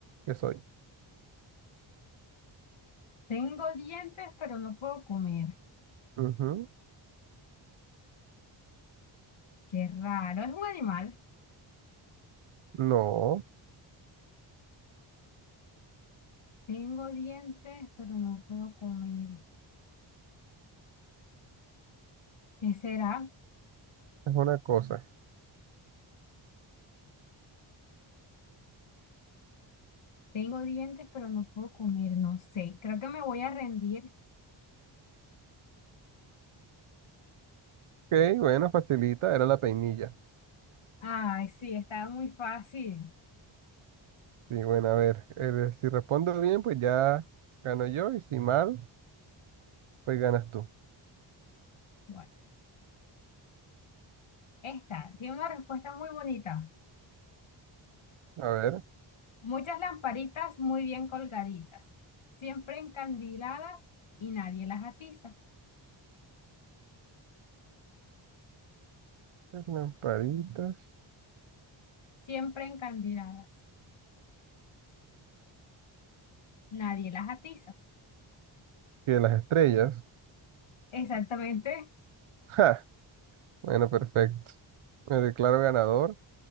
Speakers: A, on the right; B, on the left.
A: ¿Qué soy?
B: tengo dientes, pero no puedo comer.
A: Ujú.
B: Qué raro, es un animal.
A: No,
B: Tengo dientes, pero no puedo comer. ¿Qué será?
A: es una cosa.
B: Tengo dientes, pero no puedo comer. No sé, creo que me voy a rendir.
A: Ok, bueno, facilita, era la peinilla.
B: Ay, sí, estaba muy fácil.
A: Sí, bueno, a ver, eh, si respondo bien, pues ya gano yo, y si mal, pues ganas tú.
B: Bueno, esta tiene una respuesta muy bonita.
A: A ver,
B: Muchas lamparitas muy bien colgaditas, siempre encandiladas y nadie las atiza.
A: las lamparitas,
B: Siempre encandiladas, nadie las atiza.
A: que las estrellas.
B: Exactamente.
A: <laughs> Bueno, perfecto. Me declaro ganador